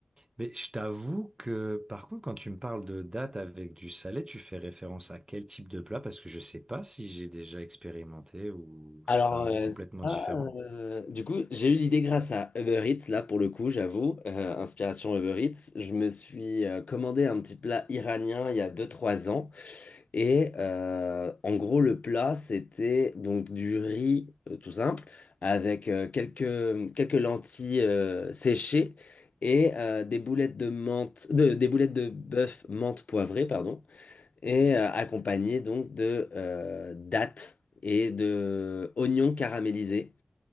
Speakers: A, on the right; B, on the left.
A: Mais je t'avoue que, par contre, quand tu me parles de date avec du salé, tu fais référence à quel type de plat? Parce que je sais pas si j'ai déjà expérimenté ou
B: Alors,
A: ça a un
B: euh,
A: goût complètement
B: ça,
A: différent.
B: euh, du coup, j'ai eu l'idée grâce à Uber Eats, là, pour le coup, j'avoue, euh, inspiration Uber Eats. Je me suis euh, commandé un petit plat iranien il y a deux trois ans. Et euh, en gros, le plat, c'était donc du riz euh, tout simple, avec euh, quelques, quelques lentilles euh, séchées et euh, des boulettes de menthe, de- des boulettes de bœuf menthe poivrée, pardon et euh, accompagné donc de euh, dattes et de oignons caramélisés.